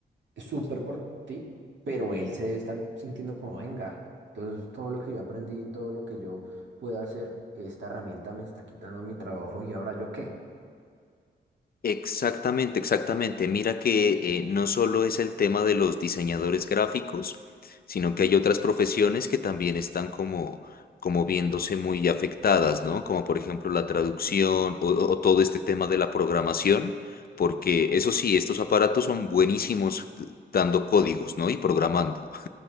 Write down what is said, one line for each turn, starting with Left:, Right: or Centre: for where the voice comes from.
Right: súper por ti, pero él se debe estar sintiendo como, venga, entonces todo lo que yo aprendí, todo lo que yo pude hacer, esta herramienta me está quitando mi trabajo y ahora yo qué.
Left: Exactamente, exactamente. Mira que eh, no solo es el tema de los diseñadores gráficos, sino que hay otras profesiones que también están como, como viéndose muy afectadas, ¿no? Como por ejemplo la traducción o, o todo este tema de la programación, porque eso sí, estos aparatos son buenísimos dando códigos, ¿no? Y programando.